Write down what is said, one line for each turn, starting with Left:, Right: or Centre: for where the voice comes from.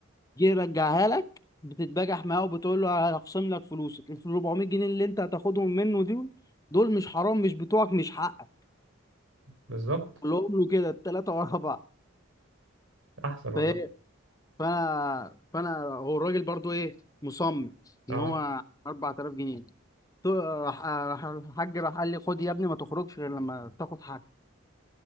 Left: جه يرجعها لك بتتبجح معاه وبتقول له هخصم لك فلوسك ال 400 جنيه اللي انت هتاخدهم منه دول دول مش حرام مش بتوعك مش حقك
Right: بالظبط
Left: قال لهم له كده التلاته ورا بعض
Right: احسن والله
Left: فايه فانا فانا هو الراجل برضو ايه مصمم
Right: اه
Left: ان هو 4000 جنيه تو- راح راح الحاج راح قال لي خد يا ابني ما تخرجش غير لما تاخد حاجه